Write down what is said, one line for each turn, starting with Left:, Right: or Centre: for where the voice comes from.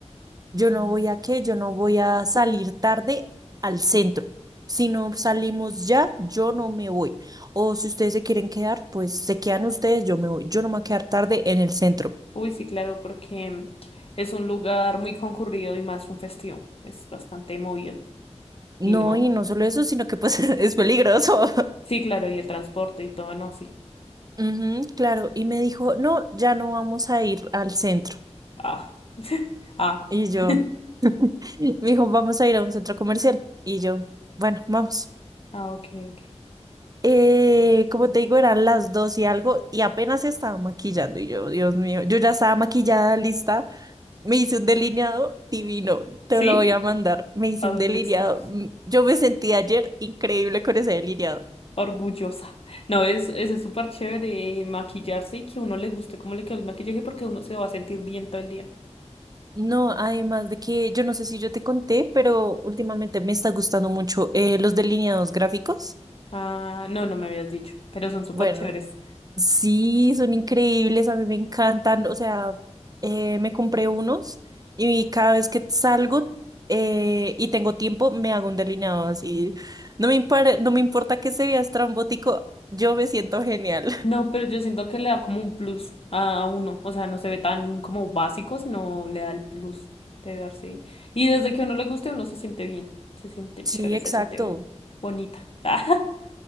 Right: Yo no voy a qué, yo no voy a salir tarde al centro. Si no salimos ya, yo no me voy. O si ustedes se quieren quedar, pues se quedan ustedes, yo me voy. Yo no me voy a quedar tarde en el centro.
Left: Uy, sí, claro, porque es un lugar muy concurrido y más un festivo. Es bastante movido.
Right: No,
Left: Y no.
Right: y no solo eso, sino que pues <laughs> es peligroso. <laughs>
Left: Sí, claro, y el transporte y todo, no, sí.
Right: Ujú, claro, y me dijo, no, ya no vamos a ir al centro.
Left: Ah. <laughs> Ah.
Right: Y yo,
Left: <laughs>
Right: <laughs> me dijo, vamos a ir a un centro comercial. Y yo, bueno, vamos.
Left: Ah, ok, ok.
Right: Eh, como te digo, eran las dos y algo y apenas estaba maquillando y yo, Dios mío, yo ya estaba maquillada, lista. Me hice un delineado divino,
Left: ¿Sí?
Right: te lo voy a mandar. Me hice
Left: Ah,
Right: un delineado.
Left: listo.
Right: mm, Yo me sentí ayer increíble con ese delineado.
Left: Orgullosa. No, es, es súper chévere eh, maquillarse y que uno le guste cómo le queda el maquillaje porque uno se va a sentir bien todo el día.
Right: No, además de que yo no sé si yo te conté, pero últimamente me está gustando mucho eh, los delineados gráficos.
Left: Ah, no, no me habías dicho, pero son súper
Right: Bueno,
Left: chéveres.
Right: Sí, son increíbles, a mí me encantan. O sea, eh, me compré unos y cada vez que salgo eh, y tengo tiempo, me hago un delineado así. No me impar- no me importa que se vea estrambótico, yo me siento genial. <laughs>
Left: No, pero yo siento que le da como un plus a, a uno. O sea, no se ve tan como básico, sino le da el plus de verse. Y desde que a uno le guste, uno se siente bien, se siente
Right: Sí,
Left: chévere,
Right: exacto.
Left: se siente be- bonita. <laughs>